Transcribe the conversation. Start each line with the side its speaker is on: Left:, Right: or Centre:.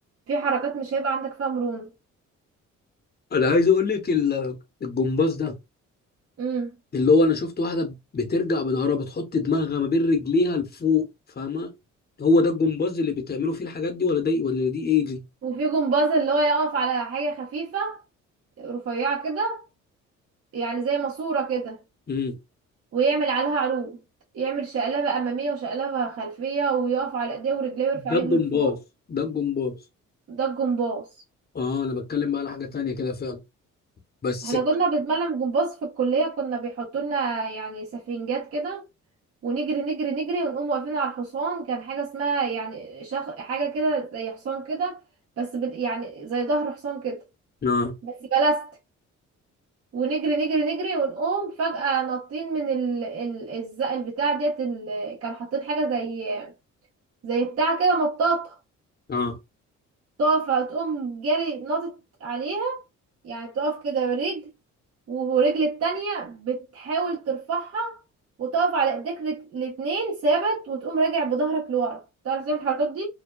Right: في حركات مش هيبقى عندك فيها مرونة
Left: انا عايز اقول لك ال- الجمباز ده
Right: امم
Left: اللي هو انا شفت واحدة بترجع بظهرها بتحط دماغها ما بين رجليها لفوق فاهمة هو ده الجمباز اللي بتعملوا فيه الحاجات دي ولا ده ولا دي ايه دي
Right: وفي جمباز اللي هو يقف على حاجة خفيفة رفيعة كده يعني زي ماسورة كده
Left: امم
Right: ويعمل عليها عروض يعمل شقلبة أمامية وشقلبة خلفية ويقف على إيديه ورجليه ويرفع
Left: ده
Right: رجله
Left: الجمباز
Right: لفوق
Left: ده الجمباز
Right: ده الجمباز
Left: اه انا بتكلم بقى على حاجة تانية كده فعلا بس
Right: احنا كنا بنتمرن جمباز في الكلية كنا بيحطولنا يعني سفنجات كده ونجري نجري نجري ونقوم واقفين على الحصان كان حاجة اسمها يعني شخ... حاجة كده زي حصان كده بس بد... يعني زي ظهر حصان كده
Left: اه
Right: بس بلاست ونجري نجري نجري ونقوم فجأة نطين من ال... ال... الز- البتاع ديت ال... كان حاطين حاجة زي زي بتاع كده مطاطة
Left: اه
Right: طافة تقوم جري ناطط عليها يعني تقف كده برجل ورجل التانية بتحاول ترفعها وتقف على ايديك رج- الاتنين ثابت وتقوم راجع بظهرك لورا تعرف تعمل الحركات دي